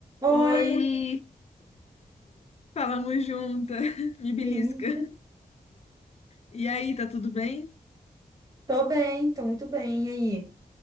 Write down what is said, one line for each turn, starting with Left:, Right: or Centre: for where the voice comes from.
Left: Oi,
Right: Oi,
Left: falamos junta, <laughs> me belisca.
Right: Sim.
Left: E aí, tá tudo bem?
Right: tô bem, tô muito bem. E aí,